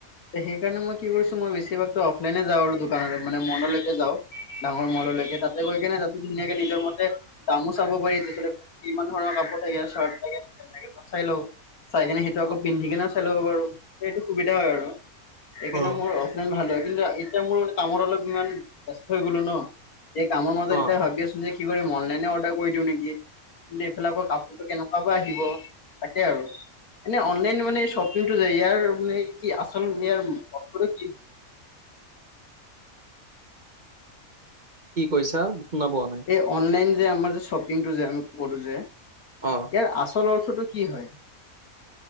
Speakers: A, on the left; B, on the right.
A: সেই কাৰণে মই কি কৰিছো মই বেছিভাগতো অফলাইনে যাও আৰু দোকানত মানে মনলৈকে যাওঁ। ডাঙৰ মললৈকে তাতে গৈ কেনে তাতো ধুনীয়াকে নিজৰ মতে দামো চাব পাৰি য ইমান ধৰণৰ ক। থাকোৰ্ লে পে চাই ল চাই। সেইটো আকৌ
B: অ
A: পিন্ধি কিনে চাই ল'ব বাৰো সেইটো সুবিধা হয় আৰু। সেইকাৰণে
B: অ
A: মোৰ অফলাইন ভাল হয় কিন্তু এতিয়া মোৰ মানে কামৰ অলপ ইমান ব্যস্ত হৈ গলো ন। এই কামৰ মাজত
B: অ।
A: এতিয়া ভাবি আছো যে কি কৰিম অনলাইনে অৰ্ডাৰ কৰি দিও নেকি। কিন্তু এইফালে আক কাপোৰটো কেনেকুৱা বা আহিব তাকে আৰু। এনে অনলাইন মানে শ্বপিংটো যায় ইয়াৰ মানে কি আচল ইয়াৰ অৰ্থটো কি হয়। <unintelligible>
B: কি কৈছা। শুনা পোৱা নাই
A: এই অনলাইন যে আমাৰ যে শ্বপিংটো যে আমি কৰো যে ইয়াৰ
B: অ
A: আচল অ। ৰ্থটো কি হয়।